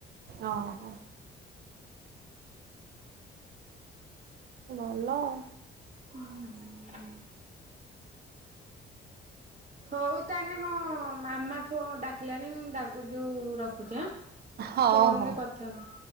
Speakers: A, on the right; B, on the right.
A: ଓହୋ ଭଲ ଆଉ।
B: ହୁଁ ହୁଁ। ହଉ ତାହେଲେ ମୋ ମାମା ପୁଅ ଡାକିଲାନି ମୁଁ ତାକୁ ଯୋଉ ରଖୁଛି ହାଁ।
A: ହଉ
B: ଫୋନ
A: ହଉ ହଉ।
B: ରେ କଥା ହ।